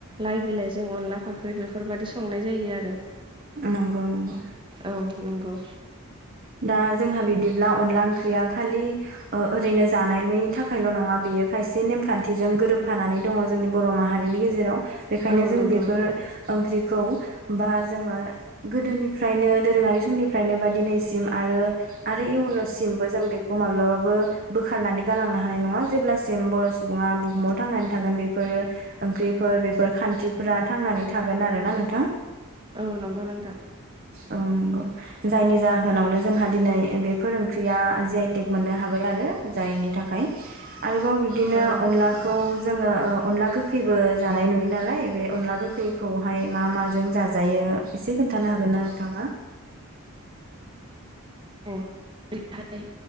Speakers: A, on the right (about 20°); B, on the right (about 40°).
A: लाइ बिलाइजों अनला फाख्रि बे बेफोरबायदि संनाय जायो आरो
B: नंगौ नंगौ
A: औ नंगौ
B: दा जोंहा बिदिब्ला अनला ओंख्रिया खालि ओरैनो जानायनि थाखायल' नङा बेयो खायसे नेमखान्थिजों गोरोबफानानै दङ जोंनि बर' माहारिनि गेजेराव बेखायनो
A: औ
B: जों
A: नंगौ
B: बेफोर ओंख्रिखौ बा जोङो गोदोनिफ्रायनो दोरोङारि समनिफ्रायनो बा दिनैसिम आरो आरो इयुनावसिमबो जों बेखौ माब्लाबाबो बोखारनानै गालांनो हानाय नङा जेब्लासिम बर' सुबुङा बुहुमाव थांनानै थागोन बेफोरो ओंख्रिफोर बेफोर खान्थिफोरा थांनानै थागोन आरोना नोंथां
A: औ नंगौ नोंथां
B: औ नंगौ जायनि जाहोनावनो जोंहा दिनै बेफोर ओंख्रिया ज आइटेक मोननो हाबाय आरो जायनि थाखाय आरोबाव बिदिनो
A: औ
B: अनला खौ जोङो अनला गोखैबो जानाय नुयो नालाय बे अनला गोखैखौ महाय मा माजों जाजायो एसे खोन्थानो हागोन ना नोंथाङा
A: ओैहाय